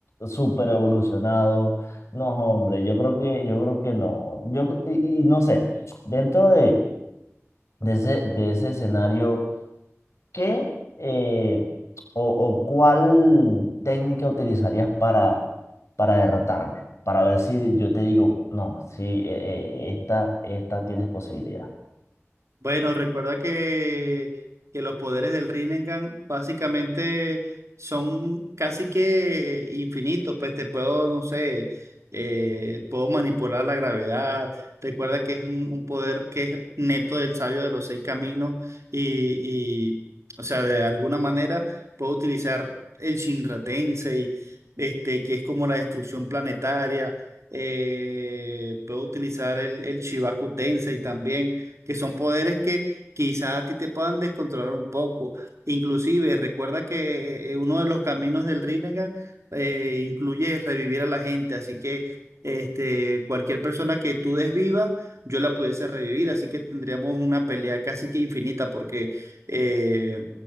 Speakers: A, on the left; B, on the right.
A: super evolucionado. No, hombre, yo creo que, yo creo que no. Yo, y, y no sé, dentro de, de ese, de ese escenario, ¿qué eh, o, o cuál técnica utilizarías para, para derrotarme? Para ver si yo te digo, no, si esta, esta tienes posibilidad.
B: Bueno, recuerda que, que los poderes del Rinnegan básicamente son casi que infinitos, pues te puedo, no sé, eh, puedo manipular la gravedad, recuerda que es un, un poder que es neto del sabio de los seis caminos y, y, o sea, de alguna manera puedo utilizar el Shinra Tensei, este, que es como la destrucción planetaria, eh, puedo utilizar el, el Shibaku Tensei también que son poderes que quizás a ti te puedan descontrolar un poco. Inclusive, recuerda que eh, uno de los caminos del Rinnegan eh, incluye revivir a la gente, así que este, cualquier persona que tú desvivas, yo la pudiese revivir, así que tendríamos una pelea casi que infinita, porque eh,